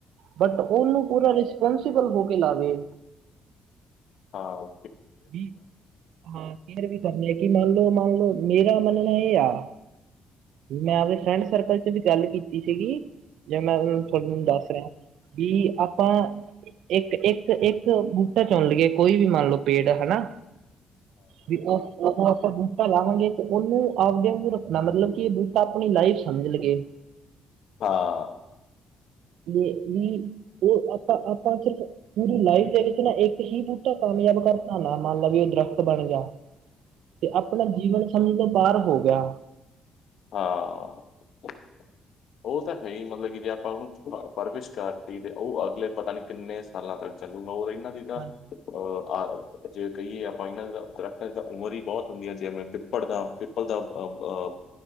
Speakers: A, on the right (about 80°); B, on the left (about 70°).
A: ਬਟ ਉਹਨੂੰ ਪੂਰਾ, ਰਿਸਪੋਂਸੀਬਲ ਹੋਕੇ ਲਾਵੇ।
B: ਆਹੋ।
A: ਵੀ, ਹਾਂ। ਕੇਅਰ ਵੀ ਕਰਨੀ ਆ, ਕਿ ਮੰਨਲੋ ਮੰਨਲੋ ਮੇਰਾ ਮੰਨਣਾ ਇਹ ਆ ਮੈਂ, ਆਪਦੇ ਫਰੈਂਡ ਸਰਕੱਲ'ਚ ਵੀ ਗੱਲ ਕੀਤੀ ਸੀਗੀ। ਜੇ, ਮੈਂ ਤੁਹਾਨੂੰ, ਦੱਸ ਰਿਹਾਂ, ਕੀ ਆਪਾਂ ਇੱਕ, ਇੱਕ-ਇੱਕ ਬੂਟਾ ਚੁਣ ਲਈਏ ਕੋਈ ਵੀ, ਮੰਨਲੋ ਪੇੜ, ਹਨਾਂ। ਵੀ, ਉਹ, ਆਪਾ ਲਾਵਾਂਗੇ ਤੇ ਉਹਨੂੰ, ਆਪਦੇ ਵਾਂਗੁ ਰੱਖਣਾ, ਮਤਲਬ ਕਿ ਏ ਬੂਟਾ ਆਪਣੀ ਲਾਈਫ ਸਮਝ ਲੀਏ।
B: ਹਾਂ।
A: ਜੇ ਵੀ, ਉਹ ਆਪਾਂ-ਆਪਾਂ ਸਿਰਫ, ਪੂਰੀ ਲਾਈਫ ਦੇ ਵਿੱ ਚ, ਨਾ ਇੱਕ ਹੀ ਬੂਟਾ ਕਾਮਯਾਬ ਕਰਤਾ ਨਾ, ਮੰਨਲਾ, ਇਹ ਦਰੱਖਤ ਬਣ ਗਿਆ ਤੇ, ਆਪਣਾ ਜੀਵਨ ਸਮਝ ਤੋਂ, ਬਾਹਰ ਹੋਗਿਆ।
B: ਹਾਂ। ਉਹ ਤਾਂ ਹੈਹੀ, ਮਤਲਬ ਕਿ, ਜੇ ਆਪਾਂ ਉਹਨੂੰ ਪਰਵਿਸ਼ ਕਰਤੀ, ਤੇ ਉਹ ਅਗਲੇ ਪਤਾ ਨੀ ਕਿੰਨੇ ਸਾਲਾਂ ਤਕ ਚੱਲੂਗਾ। ਹੋਰ ਓਹੀ ਨਾ, ਜਿਦਾਂ
A: ਹਾਂਜੀ
B: ਅ, ਆ ਜੇ ਕਹੀਏ ਆਪਾਂ, ਇਹਨਾਂ ਦਰੱਖਤਾ ਦੀ ਤਾਂ ਉਮਰ, ਹੀ ਬਹੁਤ ਹੁੰਦੀ ਹੈ, ਜਿਵੇਂ ਪੜਦਾ, ਪੀਪਲ ਦਾ ਅਅ